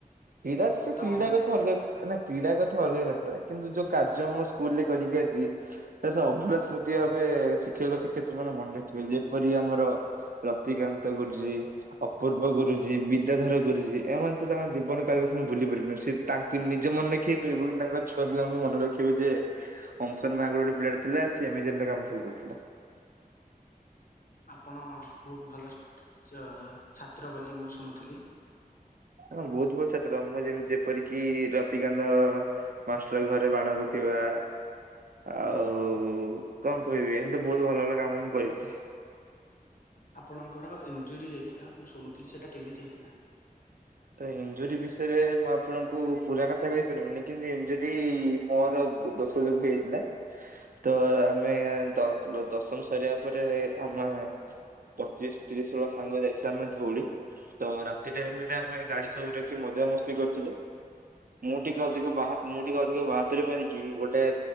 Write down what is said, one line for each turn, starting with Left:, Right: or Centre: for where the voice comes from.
Right: କ୍ରୀଡା, ସେ
Left: ଉତ୍ତମ
Right: କ୍ରୀଡ଼ା
Left: ପିଲା
Right: କଥା
Left: ଥିଲେ।
Right: ଅଲଗା, ନା କ୍ରୀଡ଼ା କଥା ଅଲଗା କଥା, କିନ୍ତୁ ଯୋଉ କାର୍ଯ୍ୟ ମୁଁ ସ୍କୁଲରେ କରିକି ଆଜି ସେଇଟା ସ ଅଭୁରା ସ୍ମୃତି ଭାବେ, ଶିକ୍ଷକ ଶିକ୍ଷୟତ୍ରୀ ମାନେ ମନେ ରଖିବେ, ଯେପରି ଆମର ରତିକାନ୍ତ ଗୁରୁଜୀ, ଅପୂର୍ବ ଗୁରୁଜୀ, ବିଦ୍ୟାଧର ଗୁରୁଜୀ, ଏମାନେ ତ ତାଙ୍କ ଜୀବନ ତାଙ୍ଗେ ଭୁଲି ପାରିବେନି, ସେ ତାଙ୍କୁ ନିଜେ ମନେ ରଖିବେ ଏବଂ ତାଙ୍କ ଛୁଆ ପିଲାଙ୍କୁ ବି ମନେ ରଖିବେ ଯେ ଅଂସନ ମାଙ୍କର ଗୋଟେ ପିଲାଟେ ଥିଲା, ସେ ଏମିତି ଏମିତି କାମ ସବୁ କରୁଥିଲା।
Left: ଆପଣ ବହୁତ ଭଲ ଚ, ଛାତ୍ର ବୋଲି ମୁଁ ଶୁଣୁଥିଲି।
Right: ହଁ ବହୁତ ଭଲ ଛାତ୍ର, ମୁଁ ଯେମିତି ଯେପରିକିି ରତିକାନ୍ତ ମାଷ୍ଟର ଘରେ ବାଣ ପକେଇବା। ଆଉ କଣ କହିବି? ଏମିତି ବହୁତ ଭଲ ଭଲ କାମ ମୁଁ କରିଚି।
Left: ଆପଣଙ୍କର ଇଞ୍ଜୁରୀ ହେଇଥିଲା, ମୁଁ ଶୁଣୁଥିଲି, ସେଟା କେମିତି ହେଇଥିଲା?
Right: ତ ଇଞ୍ଜୁରୀ ବିଷୟରେ, ମୁଁ ଆପଣଙ୍କୁ ପୁରା କଥା କଥା କହିପାରିବିନି, କିନ୍ତୁ ଇଞ୍ଜୁରୀ ମୋର ଦୋଷ ଯୋଗୁ ହେଇଥିଲା। ତ ଆମେ ଦଶମ ସରିବା ପରେ, ଆମେ ପଚିଶି, ତିରିଶି ବେଳ ସାଙ୍ଗ ଯାଇଥିଲା ଆମେ ଧଉଳି, ତ ରାତି ଟାଇମ୍ ରେ ଆ ଆମେ ଗାଡି ସବୁ ରଖି ମଜାମସ୍ତି କରିଥିଲୁ, ମୁଁ
Left: ଆଜ୍ଞା
Right: ଟିକେ ଅ ବାହା, ମୁଁ ଟିକେ ଅଧିକ ବାହାଦୂରୀ ମାରିକି ଗୋଟେ